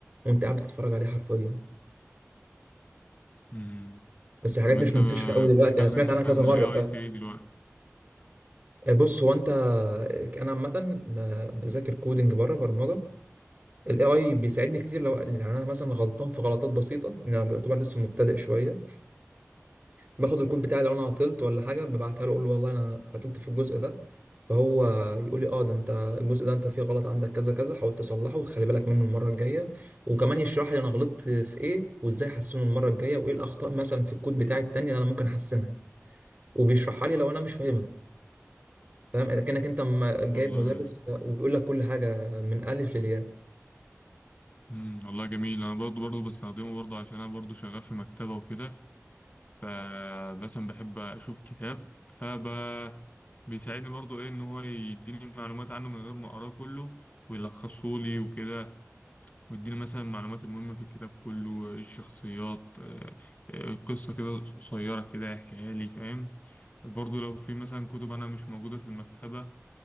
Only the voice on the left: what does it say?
مم.
طب انت
بتستخدم
مثلا
ال
AI
في ايه دلوقتي
والله
مم. والله جميل انا برضو برضو بستخدمه برضو عشان انا برضو شغال في مكتبة وكده فمثلا بحب اشوف كتاب فب بيساعدني برضو ايه ان هو يديني معلومات عنه من غير ما اقراه كله ويلخصه لي وكده ويديني مثلا المعلومات المهمة في الكتاب كله الشخصيات آه، آه، قصة كده قصيرة كده يحكيها لي فاهم برضو لو في مثلا كتب أنا مش موجودة في المكتبة